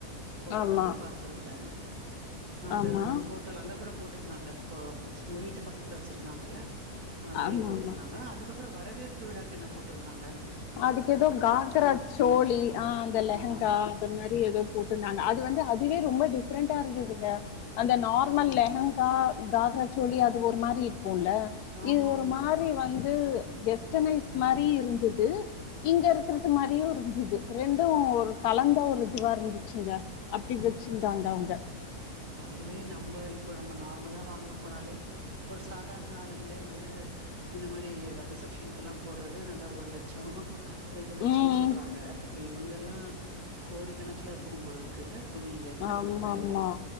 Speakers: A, on the right (about 80°); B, on the left (about 85°).
A: பொடவ
B: ஆமா
A: அத பாத் த்ருந்தே அது
B: ஆமா
A: அந்த போட் டோல அங்க கூட போட்ருந்தாங்க உங்க வீட்டு பக்கத்துல வச்சிருந்தாங்கல்ல அதுலியும்
B: ஆமா
A: போட்ருந்தாங்க
B: ஆமா
A: அதுக்கப்பற வரவேற்பு விழாக்கு என்ன போட்ருந்தாங்க
B: அதுக்கு எதோ காந்தராஜ் சோழி ஆ அந்த லெகங்கா
A: ஆ
B: அந்த மாரி எதோப் போட்டுந்தாங்க அது வந்து அதுவே ரொம்ப டிப் பிரெண்டா இருந்ததுங்க அந்த நார்மல் லெகங் கா கால்ரச்சோழி அது ஒரு மாரி இருக்குல
A: ஆமா
B: இது ஒரு
A: ஆமா
B: மாரி வந்து வெஸ்டனைஸ் மாரி இருந்துது இங்க இருக்கிறது மாரியு இருந்துது ரெண்டு ஒரு கலந்த ஒரு இதுவா இருந்துச்சுங்க அப்டி வெச்சிந்தாங்க அவுங்க
A: அதுவே நம்ப இப்ப நம்ம நார்மலா வாங்க போனாலே ஒரு சாதார்ண ஆளுங்ளே வந்து இந்த மாரி ரிசப்ஷனுக்கெல்லாம் போட்றது நல்லா ஒரு லட்சோ ரெண்டு லெட்சன்
B: ம்
A: சொல்றாங்க இப்ப இவுங்கெல்லா கோடி கணக்ல இருக்கும் போலருக் கில்ல துணிங்க
B: ஆமா
A: வெலையெல்லா
B: ஆமா